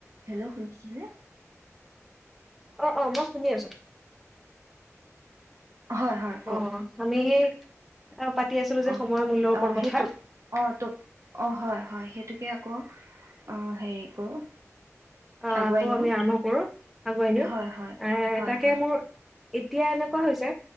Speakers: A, on the right; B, in the centre.
A: Hello শুনিছানে?
B: অ'অ' মই শুনি আছো।
A: হয়, হয়, কওক
B: অ আমি সেই পাতি আছিলো যে
A: অ,
B: সময়ৰ মূল্যৰ ওপৰত
A: অ
B: কথা
A: সেইটো অ, তোক অ হয় হয় সেইটোকে আকৌ অঁ হেৰি কৰোঁ,
B: অ,
A: আগুৱাই
B: আকৌ
A: নিওঁ
B: আমি আৰম্ভ কৰো, আগুৱাই নিও।
A: হয়, হয়,
B: এ
A: হয়,
B: তাকে
A: হয়,
B: মোৰ এতিয়া এনেকুৱা হৈছে